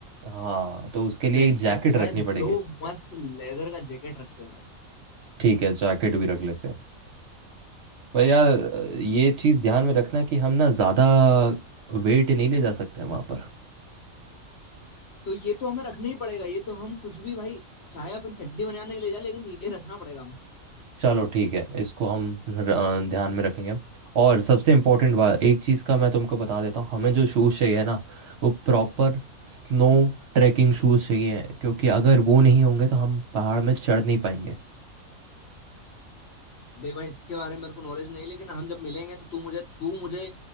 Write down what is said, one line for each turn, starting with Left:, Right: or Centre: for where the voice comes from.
Right: हाँ तो उसके लिए
Left: तो इससे
Right: एक जैकेट
Left: अच्छा
Right: रखनी
Left: है दो
Right: पड़ेगी
Left: मस्त लेदर का जैकेट रखते हैं भाई
Right: ठीक है जैकेट भी रख लेते हैं पर यार ये चीज़ ध्यान में रखना कि हम ना ज़्यादा वेट नहीं ले जा सकते हैं वहाँ पर
Left: तो ये तो हमें रखना ही पड़ेगा ये तो हम कुछ भी भाई चाहे अपन चड्डी बनाने ले जाए लेकिन ये रखना पड़ेगा हमें
Right: चलो ठीक है इसको हम र- अ, ध्यान में रखेंगे और सबसे इम्पोर्टेंट बात एक चीज़ का मैं तुमको बता देता हूँ हमें जो शूज़ चाहिए ना वो प्रॉपर स्नो ट्रैकिंग शूज़ चाहिए क्योंकि अगर वो नहीं होंगे तो हम पहाड़ में चढ़ नहीं पाएंगे
Left: देख भाई इसके बारे में मेरे को नॉलेज नहीं लेकिन हम जब मिलेंगे तो तू मुझे तू मुझे